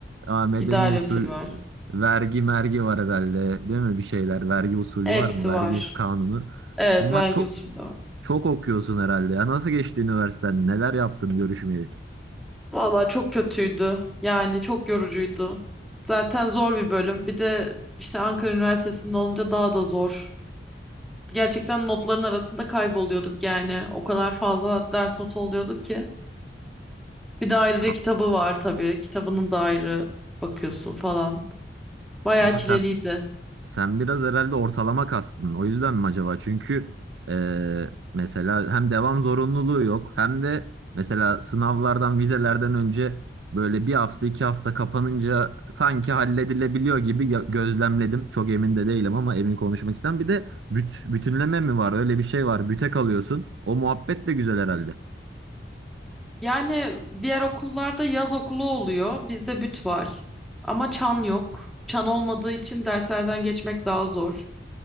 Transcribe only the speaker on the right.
aa, medeni
usul
e, vergi mergi var herhalde değil mi bir şeyler vergi usulü
var mı vergi
kanunu?
Onlar
çok
çok okuyorsun herhalde. Ya nasıl geçti üniversiteden? Neler yaptın görüşmeyeli?
Ka-
Ama
sen sen biraz herhalde ortalama kastın. O yüzden mi acaba? Çünkü eee, mesela hem devam zorunluluğu yok hem de mesela sınavlardan, vizelerden önce böyle bir hafta iki hafta kapanınca sanki halledilebiliyor gibi ya- gözlemledim. Çok emin de değilim ama emin konuşmak istem. Bir de büt, bütünleme mi var? Öyle bir şey var. Büte kalıyorsun. O muhabbet de güzel herhalde.